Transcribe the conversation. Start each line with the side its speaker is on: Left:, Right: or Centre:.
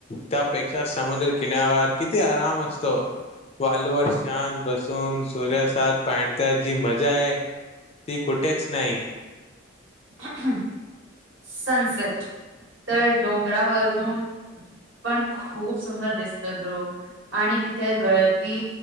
Left: त्यापेक्षा समुद्र किन्यावर किती आराम अस स्तो वालूवर शांत बसून सूर्यासात पाणत्या जी मजा आहे. ती कुठेच नाही.
Right: <unintelligible> सनसेट तर डोंगरावरून पण खूप सुंदर दिसतो ध्रु आणि तिथे गर्दी